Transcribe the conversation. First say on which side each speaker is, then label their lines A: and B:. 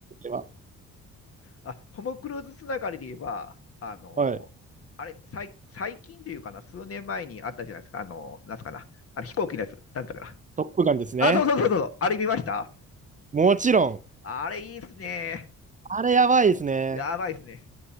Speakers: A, on the right; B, on the left.
A: は。
B: あ、トム・クルーズつながりで言えば、あの、
A: はい。
B: あれ、最最近というかな、数年前にあったじゃないですか、あの、なんすかな、あれ飛行機のやつ、なんだったかな。
A: トップガンですね。
B: あ、そうそうそうそう、あれ見ました
A: もちろん。
B: あれいいっすね。
A: あれやばいですね。
B: やばいっすね。